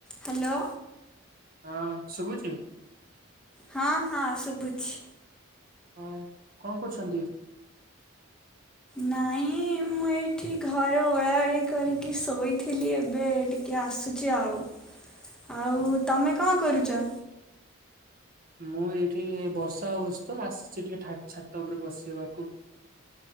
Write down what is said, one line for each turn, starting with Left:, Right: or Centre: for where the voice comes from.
Centre: ହ୍ୟାଲୋ।
Right: ହଁ ଶୁବୁଚି?
Centre: ହଁ ହଁ ଶୁଭୁଛି।
Right: ହଁ କଣ କରୁଛନ୍ତି?
Centre: ନାଇଁ ମୁଁ ଏଇଠି ଘର ଓଳା ଓଳି କରିକି ଶୋଇଥିଲି ଏବେ ଟିକେ ଆସୁଚି ଆଉ ଆଉ ତମେ କଣ କରୁଚ?
Right: ମୁଁ ଏଇଠି ବର୍ଷା ହଉଛି ତ ଆସିଛି ଟିକେ ଠା ଛାତ ଉପରେ ବସିବାକୁ।